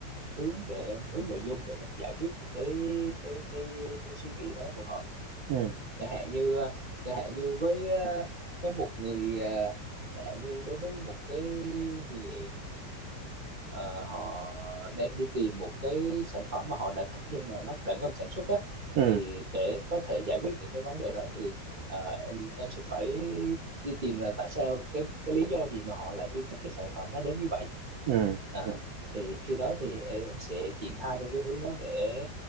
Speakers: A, on the right (about 35°); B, on the right (about 70°).
A: hướng để hướng nội dung để mình giải quyết những cái cái cái cái suy nghĩ đó của họ
B: ừ
A: chẳng hạn như ờ, chẳng hạn như với ờ, với một người ờ, chẳng hạn như đối với một cái người ờ, họ đang đi tìm một cái sản phẩm mà họ đã thích nhưng mà nó đã ngưng sản xuất á
B: ừ ừ
A: thì để có thể giải quyết những cái vấn đề đó thì ờ, em em sẽ phải đi tìm là tại sao cái cái lý do gì mà họ lại yêu thích cái sản phẩm nó đến như vậy
B: ừ
A: à,
B: ừ
A: thì khi đó thì em sẽ triển khai theo cái hướng đó để